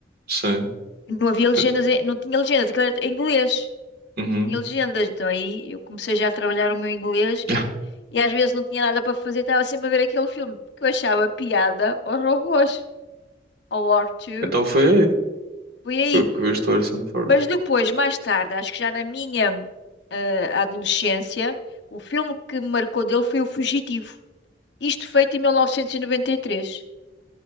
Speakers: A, on the right (about 55°); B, on the left (about 65°).
A: Sim.
B: Não havia legendas,
A: É-
B: em- não tinha legendas, aquilo era em inglês.
A: Uhum.
B: não tinha legendas.
A: <laughs>
B: Então aí eu comecei já a trabalhar o meu inglês
A: Yeah.
B: e, e às vezes não tinha nada para fazer, estava sempre a ver aquele filme que eu achava piada aos robôs, ao War 2.
A: Então foi aí
B: Foi aí.
A: que, que viste o Harrison Ford.
B: Mas depois, mais tarde, acho que já na minha eh, adolescência, o filme que me marcou dele foi O Fugitivo. Isto feito em 1993.